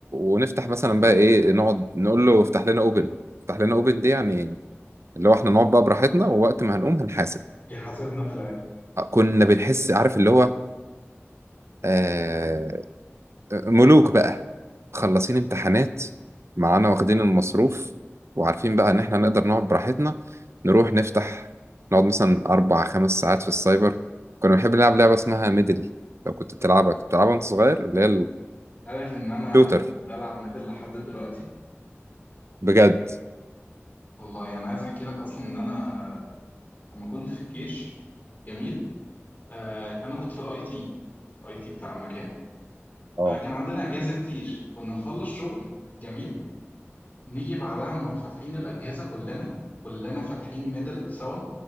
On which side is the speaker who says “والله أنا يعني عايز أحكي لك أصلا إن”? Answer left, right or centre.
Left